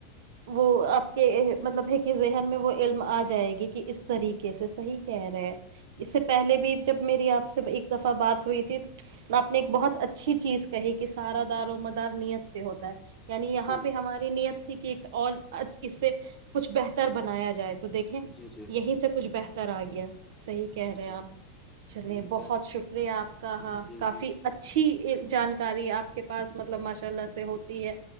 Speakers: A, on the right; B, in the centre.
A: وہ آپ کے مطلب ہے کہ ذہن میں وہ علم آ جائے گی کہ اس طریقے سے صحیح کہہ رہے ہیں اس سے پہلے بھی جب میری آپ سے ایک دفعہ بات ہوئی تھی آپ نے ایک بہت اچ اچھی چیز کہے کہ سارا دار و مدار نیت پہ ہوتا ہے یعنی یہاں
B: جی
A: پہ ہماری نیت ت کہ ایک اور اس سے کچھ بہتر بنایا جائے تو دیکھیں
B: جی جی
A: یہیں سے کچھ بہتر طرا گیہ صحیح کہہ
B: جی
A: رہے ہیں
B: جی
A: آپ چلیے
B: وہی
A: بہت
B: میں
A: شکریہ آپ کا ہاں
B: جی
A: کافی
B: جی
A: اچھی جانکاری آپ کے پاس مطلب ماشاء اللہ سے ہوتی ہے